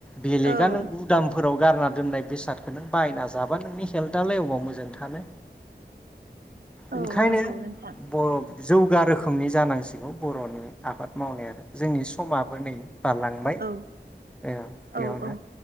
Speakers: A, in the centre; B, on the right (about 60°).
A: बेलेगा
B: औ
A: नों गुदामफोराव गारना दोननाय बेसादखौ नों बायना जाबा नोंनि हेल्थालाय अबाव मोजां थानो। ओंखायनो
B: औ नंगौ नोंथां
A: बर' जौगा रोखोमनि जानां सिखौ बर'नि आबाद मावनायाबो। जोंनि समाबो नै बारलांबाय
B: औ
A: ओ
B: औ
A: बेयावनो
B: औ